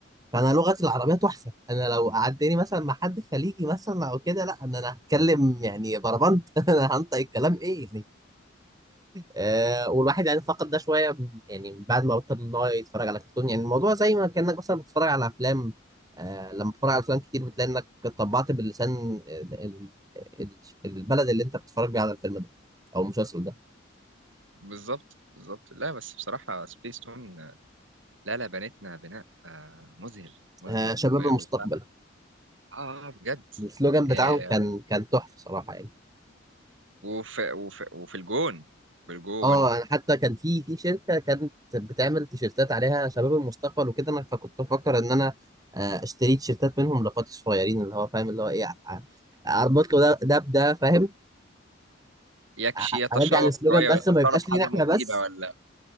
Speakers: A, on the right (about 20°); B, on the right (about 80°).
A: فأنا لغتي العربية تحفة أنا لو قعدتني مثلا مع حد خليجي مثلا أو كده لا أنا أنا هتكلم يعني بربنت <laughs> أنا هنطق الكلام إيه يعني آه والواحد يعني فقد ده شويه يعني بعد ما بطل ان هو يتفرج على كرتون يعني الموضوع زي ما كانك مثلا بتتفرج على افلام آه لما بتتفرج على افلام كتير بتلاقي انك طبعت باللسان ال- ال- ال- البلد اللي انت بتتفرج بيه على الفيلم ده او المسلسل ده
B: بالظبط بالظبط لا بس بصراحة سبيس تون لا لا بنتنا بناء آه، مذهل مذهل
A: آه شباب
B: و...
A: المستقبل
B: و... اه آه، بجد
A: السلوجان بتاعهم
B: آه
A: كان كان تحفه صراحه يعني
B: وفي وفي وفي الجون في الجون
A: اه انا حتى كان في في شركه كانت بتعمل تيشيرتات عليها شباب المستقبل وكده انا فكنت بفكر ان انا آه، اشتري تيشيرتات منهم لاخواتي الصغيرين اللي هو فاهم اللي هو ايه ع- اربط له ده ده بده فاهم
B: يكشي
A: ع-
B: يتشوق
A: ارجع السلوجان
B: شوية
A: بس
B: ويتشرب
A: ما يبقاش
B: حاجة
A: لينا احنا
B: مفيدة
A: بس
B: ولا